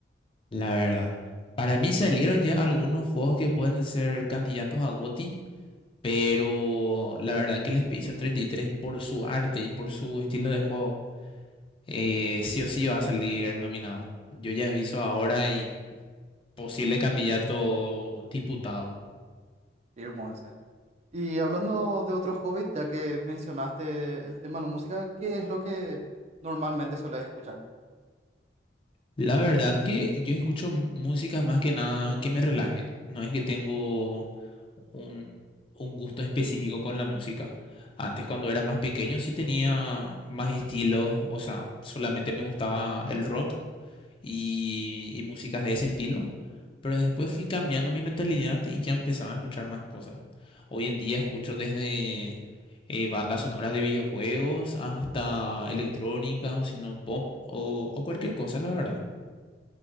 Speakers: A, on the left; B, on the right.
A: la verdad. Para mí salieron ya algunos juegos que pueden ser candidatos a GOTY pero la verdad que el Expedition 33 por su arte y por su estilo de juego, eh, sí o sí va a salir nominado. Yo ya aviso ahora y posible candidato disputado.
B: Firmo ese. Y hablando de otros hobbies, ya que mencionaste el tema de la música, ¿qué es lo que normalmente sueles escuchar?
A: La verdad que yo escucho músicas más que nada que me relajen. No es que tengo un, un gusto específico con la música. Antes, cuando era más pequeño, sí tenía más estilo. O sea, solamente me gustaba el rock y, y músicas de ese estilo. Pero después fui cambiando mi mentalidad y ya empezaba a escuchar más cosas. Hoy en día escucho desde eh, bandas sonoras de videojuegos hasta electrónica, sino pop o, o cualquier cosa, la verdad.